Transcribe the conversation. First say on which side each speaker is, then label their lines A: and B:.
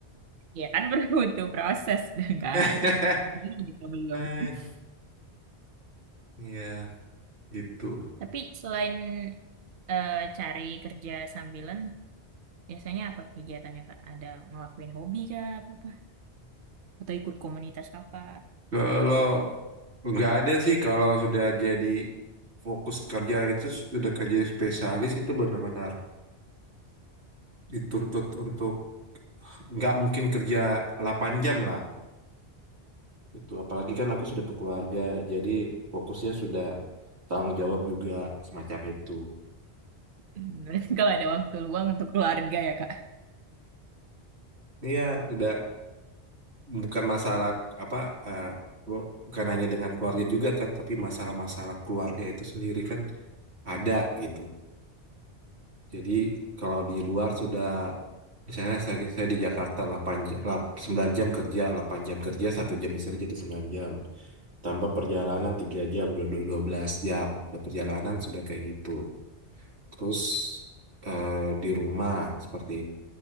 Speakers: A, on the right; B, on the right.
A: Ya kan <laughs> butuh proses, dah enggak?
B: <laughs>
A: Gitu belum.
B: eh iya gitu
A: Tapi selain eh, cari kerja sambilan, biasanya apa kegiatannya, Kak? Ada ngelakuin hobi kah atau apa? Atau ikut komunitas apa?
B: kalau nggak ada sih kalau sudah jadi fokus kerja itu sudah kerja spesialis itu benar-benar dituntut untuk nggak mungkin kerja 8 jam lah gitu. Apalagi kan aku sudah berkeluarga, jadi fokusnya sudah tanggung jawab juga semacam itu. <laughs>
A: Hmm, <laughs> berarti kalau ada waktu luang untuk keluarga ya, Kak?
B: Iya, udah bukan masalah apa eh, bu- bukan hanya dengan keluarga juga kan, tapi masalah-masalah keluarga itu sendiri kan ada gitu. Jadi kalau di luar sudah misalnya saya, saya di Jakarta 8 jam, 9 jam kerja, 8 jam kerja, satu jam istirahat jadi 9 jam. Tambah perjalanan 3 jam, 12 jam. Udah perjalanan sudah kayak gitu. terus eh, di rumah seperti